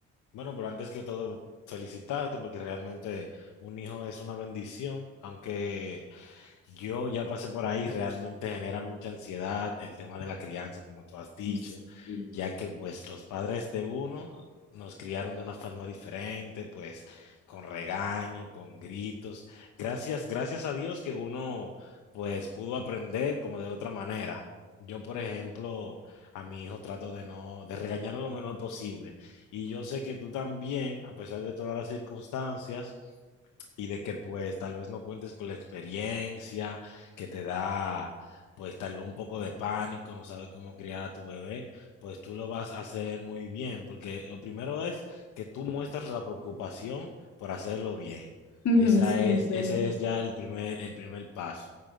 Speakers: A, on the left; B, on the left.
A: Bueno, pero antes que todo, felicitarte porque realmente un hijo es una bendición, aunque Yo ya pasé por ahí, realmente genera mucha ansiedad el tema de la crianza, como tú has dicho,
B: Ups. Sí.
A: ya que pues los padres de uno nos criaron de una forma diferente, pues con regaño, con gritos. Gracias, gracias a Dios que uno pues pudo aprender como de otra manera. Yo, por ejemplo, a mi hijo trato de no, de regañarlo lo menor posible. Y yo sé que tú también, a pesar de todas las circunstancias, pues, y de que pues tal vez no cuentes con la experiencia que te da pues tal vez un poco de pánico, no sabes cómo criar a tu bebé, pues tú lo vas a hacer muy bien, porque lo primero es que tú muestras la preocupación por hacerlo bien.
B: Ujú,
A: Esa
B: Sí,
A: es,
B: es verdad.
A: ese es ya el primer, el primer paso.